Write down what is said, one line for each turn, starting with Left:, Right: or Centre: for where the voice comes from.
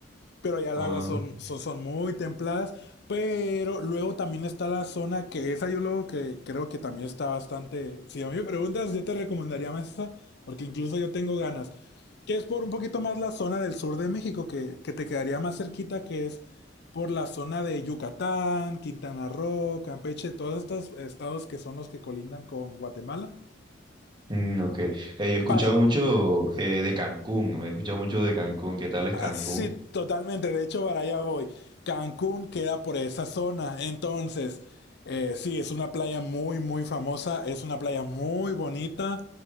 Left: pero ya el
Right: Ah,
Left: agua son, son, son muy templadas. Pero luego también está la zona que esa yo luego que creo que también está bastante. Si a mí me preguntas, yo te recomendaría más esa, porque incluso yo tengo ganas. Que es por un poquito más la zona del sur de México, que, que te quedaría más cerquita, que es por la zona de Yucatán, Quintana Roo, Campeche, todos estos estados que son los que colindan con Guatemala.
Right: mm, ok. Eh, yo he escuchado
Left: Para,
Right: mucho eh, de Cancún, me he escuchado mucho de Cancún. ¿Qué tal es Cancún?
Left: Sí, totalmente. De hecho, para allá voy. Cancún queda por esa zona. Entonces, eh, sí, es una playa muy, muy famosa. Es una playa muy bonita.